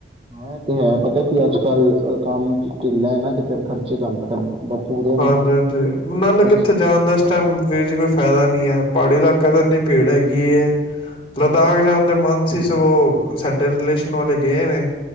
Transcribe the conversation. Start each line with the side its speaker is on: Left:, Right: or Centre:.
Right: ਐ ਤੇ ਹੈ ਪਤਾ ਕੀ ਅੱਜਕੱਲ ਕੰਮ ਢਿੱਲਾ ਨਾ ਤੇ ਫਰ ਖਰਚੇ ਤੁਹਾਨੂੰ ਪਤਾ ਪੂਰੇ ਨੇ
Left: ਹਾਂਜੀ ਹਾਂਜੀ ਨਾਲੇ ਕਿੱਥੇ
Right: ਉਸ
Left: ਜਾਣ ਦਾ ਇਸ ਟਾਈਮ ਵੀਰ ਜੀ ਕੋਈ ਫਾਇਦਾ ਨਹੀਂ ਹੈ ਪਹਾੜੀ ਇਲਾਕੇ ਕਦੇ ਇੰਨੀ ਭੀੜ ਹੈਗੀ ਏ। ਲੱਦਾਖ ਜਾਣ ਦਾ ਮਨ ਸੀ ਸਗੋਂ ਸਾਡੇ ਰਿਲੇਸ਼ਨ ਵਾਲੇ ਗਏ ਨੇ।